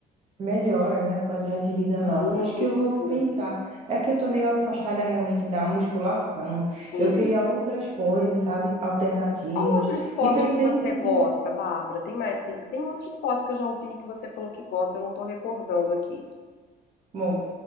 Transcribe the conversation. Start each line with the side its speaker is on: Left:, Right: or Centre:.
Right: Melhora, né, a qualidade de vida nossa.
Left: Muito,
Right: Acho que eu vou pensar. É que eu tô meio afastada realmente da musculação.
Left: sim.
Right: Eu queria outras coisas, sabe? Alternativas.
Left: Qual outro esporte
Right: E pensei
Left: que você
Right: em, em-
Left: gosta,
Right: em-
Left: Bárbara? Tem mais, tem, tem outros esportes que eu já ouvi que você falou que gosta, eu não estou recordando aqui.
Right: bom,